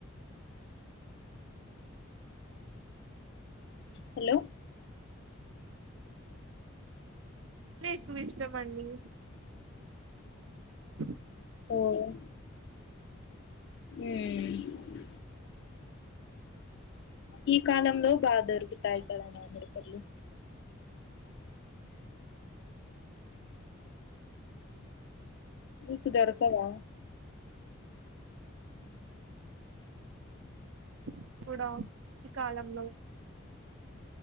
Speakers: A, on the left (about 55°); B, on the right (about 65°).
A: హలో
B: ఎక్కువ ఇష్టమండి హ
A: తోను ఉ ఈ కాలంలో బాగా దొరుకుతాయి కదా మామిడిపళ్లు మీకు దొరకవా
B: ఇప్పుడా ఈ కాలంలో